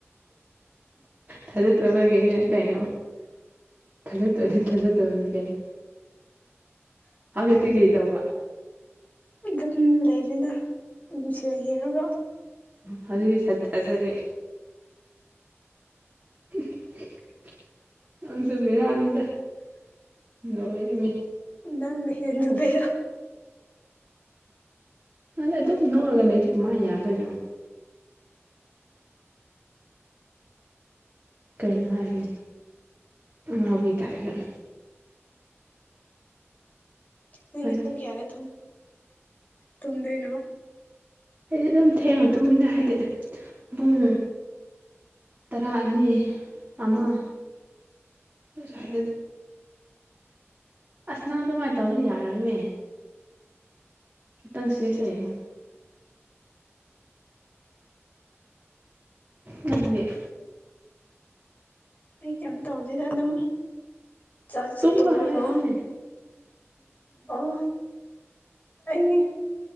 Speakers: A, on the right; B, on the left.
A: ꯊꯥꯖꯠꯇꯔꯕꯒꯤꯅꯦ ꯀꯩꯅꯣ ꯊꯥꯖꯠꯇꯔꯥꯗꯤ ꯊꯥꯖꯠꯇꯕꯅꯤ ꯀꯩꯅꯣ ꯑꯃꯥ ꯍꯦꯠꯇꯤ ꯀꯩ ꯇꯧꯕ
B: ꯑꯗꯨꯝ ꯂꯩꯔꯦꯗ ꯃꯤꯡꯁꯦꯜ ꯌꯦꯡꯔꯒ
A: ꯎ ꯑꯗꯨꯒꯤ ꯆꯠꯖꯔꯦ <unintelligible> <inaudible> ꯅꯪꯁꯨ ꯕꯦꯔꯅꯤꯗ ꯂꯣꯏꯔꯦꯅꯦ
B: ꯅꯪꯅ ꯍꯦꯟꯅ ꯕꯦ
A: ꯑꯗꯨꯗꯤ ꯑꯗꯨꯝ ꯅꯣꯛꯔꯒ ꯂꯩꯔꯗꯤ ꯀꯃꯥꯏ ꯌꯥꯗꯣꯏꯅꯣ ꯀꯩꯅꯣ ꯍꯥꯏꯕꯅꯤ ꯑꯉꯥꯎꯕꯤ ꯇꯥꯏꯞꯇ
B: ꯅꯪꯗꯤ
A: ꯑꯩꯗꯤ
B: ꯄꯨꯡ ꯀꯌꯥꯗ ꯊꯨꯝꯗꯣꯏꯅꯣ
A: ꯑꯩꯗꯤ ꯑꯗꯨꯝ ꯊꯦꯡꯅ ꯇꯨꯝꯃꯤꯅ ꯍꯥꯏꯗꯤ ꯄꯨꯡ ꯇꯔꯥ ꯑꯅꯤ ꯑꯃ ꯁ꯭ꯋꯥꯏꯗ ꯑꯁ ꯅꯪ ꯑꯗꯨꯃꯥꯏꯅ ꯇꯧꯔꯗꯤ ꯌꯥꯔꯣꯏꯃꯦ <unintelligible> ꯅꯪꯗꯤ
B: ꯑꯩ ꯀꯩꯝ ꯇꯧꯗꯦꯗ ꯑꯗꯨꯝ ꯆꯥꯛ ꯆꯥꯠꯇꯣꯛꯔꯒ
A: ꯇꯨꯝꯕ ꯍꯥꯏꯕꯅꯦ
B: ꯑꯣ ꯑꯩ